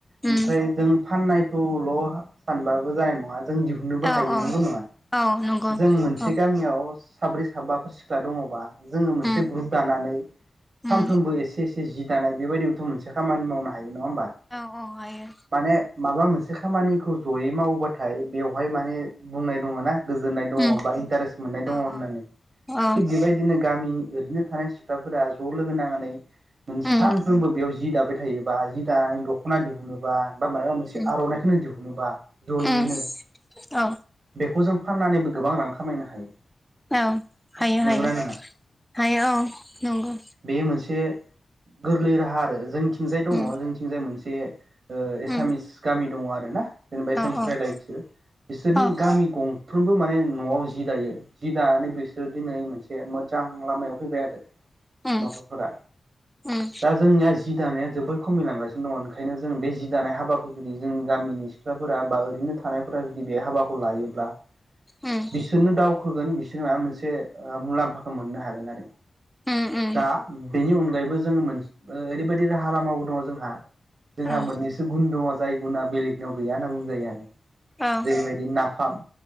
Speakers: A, on the right; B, in the centre.
A: ओमफ्राय
B: उम
A: जों फाननाय ल सानबाबो जानाय नंङा जों दिहुननो हायो
B: औ औ
A: नंगौ नंङा
B: औ नंगौ
A: जों मोनसे
B: औ
A: गामियाव साब्रै साबाफोर सिख्ला दंङबा जोंङो मोनसे
B: उम
A: ग्रुप दानानै सानफ्रोमबो
B: उम
A: एसे एसे जि दानाय बेबायदिबोथ मोनसे खामानि मावनो हायो। नङा होमबा
B: औव औव हायो।
A: माने माबा मोनसे खामानिखौ जयै मावोबाथाय बेवहाय माने बुंनाय दङ ना। गोजोननाय दङ
B: उम
A: बा इन्टारेस्ट मोननाय
B: औ
A: दङ होननानै
B: औ
A: थिग बेबायदिनो गामिनि ओरैनो थानाय सिख्लाफोरा ज' लोगो नांनानै मोन
B: उम
A: सानफ्रोमबो बेयाव जि दाब बाय थायोबा जि दानानै दख'ना दिहुनोबा बा माबा मोनसे
B: उम
A: आर'नाइखौनो दिहुनोबा जयैनो
B: उम औ
A: बेखौ जों फाननानैबो गोबां रां खामायनो हायो।
B: औव हायो हायो
A: नंगौना नङा
B: हायो औव नंगौ।
A: बेयो मोनसे गोरलै राहा आरो जोंनिथिंजाय दङ
B: उम
A: जोंनिथिंजाय मोनसे एसामिस
B: उम
A: गामि दङ आरोना जेनेबा एसामिस
B: औ औ
A: रायलायो बिसोरो बिसोरनि
B: औ
A: गामि गं फ्रोमबो माने न'आव जि दायो जि दानानै बिसोरो दिनै मोनसे मोजां लामायाव फैबाय आरो।
B: उम
A: न'खरफोरा
B: उम
A: दा जोंनिया जि दानाया जोबोर खमिलांगासिनो दङ ओंखायनो जोंङो बे जि दानाय हाबाखौ जुदि जोंनि गामिनि सिख्लाफोरा बा ओरैनो। थानायफोरा जुदि बे हाबाखौ लायोब्ला
B: उम
A: बिसोरनो दावखोगोन बिसोर जोंहा मोनसे मुलाम्फाखौ मोननो हागोन आरो
B: उम उम
A: दा बेनि अनगायैबो। जों ओरैबायाददि राहालाम दंङ जोंहा जोंहा
B: औ
A: मोननैसो गुन दंङ। जाय गुना बेलेगनियाव गैया होनना बुंजायो आरो।
B: औ
A: जेरैबायदि नाफाम।